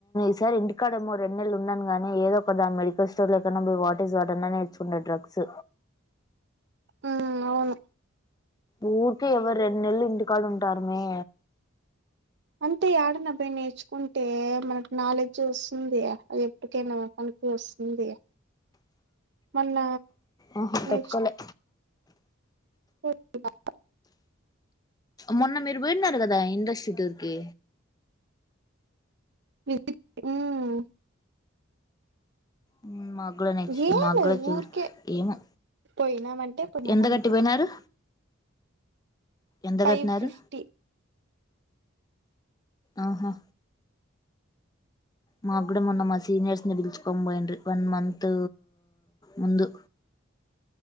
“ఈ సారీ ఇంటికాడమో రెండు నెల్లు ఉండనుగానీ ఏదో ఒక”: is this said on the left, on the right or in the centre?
Left